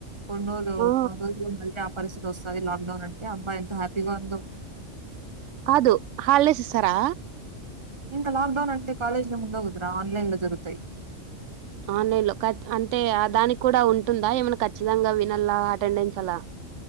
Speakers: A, on the right; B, on the right.
A: కొండ్రోలు
B: ఆ
A: కొన్ రోజులు మళ్ళీ పరిస్థితి వస్తది లాక్ డౌన్ అంటే. అబ్బ ఎంత హ్యాపీగా ఉందో.
B: కాదు హల్డేస్ ఇస్తారా
A: ఇంకా లాక్డౌన్ అంటే కాలేజ్ల్ ఏంముండగదరా ఆన్లైన్ లో జరుగుతాయి.
B: ఆన్లైన్ లో కాద్ అంతే దానికి కూడా ఉంటుందా. ఏమైనా ఖచ్చింగా వినల్ అటెండెన్ అల్లా